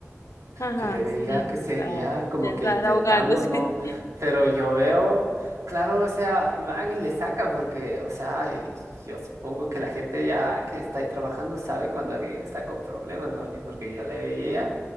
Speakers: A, on the left (about 80°); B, on the right (about 85°).
A: Ajá,
B: Yo le veía
A: sí,
B: que seguía
A: claro,
B: como
A: ya estar
B: que intentando,
A: ahogándose.
B: ¿no?
A: <laughs>
B: Pero yo veo, claro, o sea, y van y le sacan porque, o sea, y yo supongo que la gente ya que está ahí trabajando sabe cuando alguien está con problemas, ¿no? Y porque yo le veía